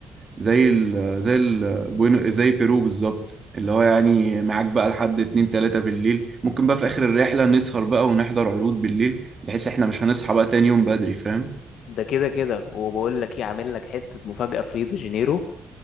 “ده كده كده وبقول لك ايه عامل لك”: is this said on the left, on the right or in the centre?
Left